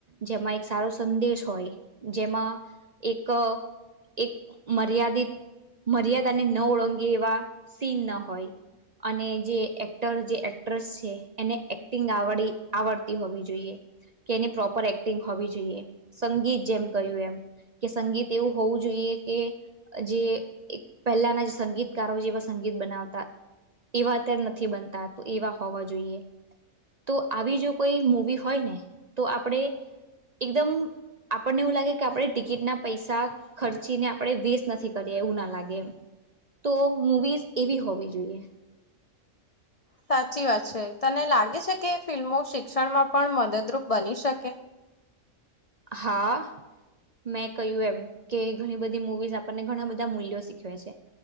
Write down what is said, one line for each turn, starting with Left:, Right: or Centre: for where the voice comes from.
Right: જેમાં એક સારો સંદેશ હોય, જેમાં એક એક મર્યાદિત મર્યાદાને ન ઓળંગે એવા સીન ન હોય. અને જે એક્ટર જે એક્ટ્રેસ છે એને એક્ટિંગ આવડી આવડતી હોવી જોઈએ. કે એની પ્રોપર એક્ટિંગ હોવી જોઈએ સંગીત જેમ કહ્યું એમ. કે સંગીત એવું હોવું જોઈએ કે જે એ પહેલાના જે સંગીતકારો જેવા સંગીત. એ બનાવતા એવા અત્યારે નથી બનતા તો એવા હોવા જોઈએ. તો આવી જો કોઈ મુવી હોય ને તો આપણે એકદમ. આપણને એવું લાગે કે આપણે ટિકિટના પૈસા ખર્ચીને આપણે વેસ્ટ નથી કરીએ એવું ના લાગે. તો મુવીઝ એવી હોવી જોઈએ.
Left: સાચી વાત છે તને લાગે છે કે ફિલ્મો શિક્ષણમાં પણ મદદરૂપ બની શકે.
Right: હા આ મેં કહ્યું એમ કે ઘણી બધી મુવીઝ આપણને ઘણા બધા મૂલ્યો શીખવે છે